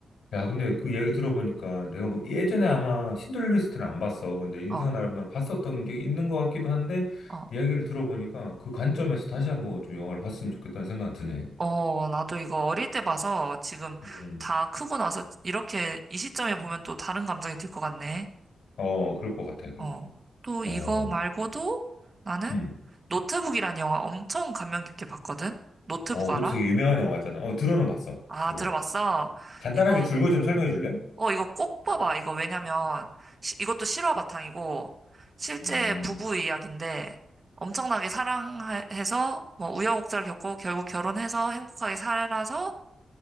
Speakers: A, on the left (about 85°); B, on the right (about 25°).
A: 야, 근데 그 이야기 들어보니까 내가 뭐 예전에 아마 신들리스트는 안 봤어. 근데 인생은
B: 어,
A: 아름다워 봤었던 게 있는 것 같기도 한데
B: 어,
A: 이야기를 들어보니까 그 관점에서 다시 한번 좀 영화를 봤으면 좋겠다는 생각이 드네.
B: 어, 나도 이거 어릴 때 봐서 지금
A: 음.
B: 다 크고 나서 이렇게 이 시점에 보면 또 다른 감정이 들 것 같네.
A: 어, 그럴 것 같아. 그지?
B: 어. 또
A: 어,
B: 이거 말고도 나는
A: 음.
B: 노트북이란 영화 엄청 감명 깊게 봤거든? 노트북
A: 어,
B: 알아?
A: 그것도 되게 유명한 영화잖아. 어, 들어는 봤어.
B: 아,
A: 그거.
B: 들어봤어?
A: 간단하게
B: 이거,
A: 줄거 좀 설명해 줄래?
B: 어, 이거 꼭 봐봐. 이거 왜냐면, 시- 이것도 실화 바탕이고, 실제
A: 음,
B: 부부 이야기인데, 엄청나게 사랑해서, 뭐, 우여곡절 겪고, 결국 결혼해서 행복하게 살아서,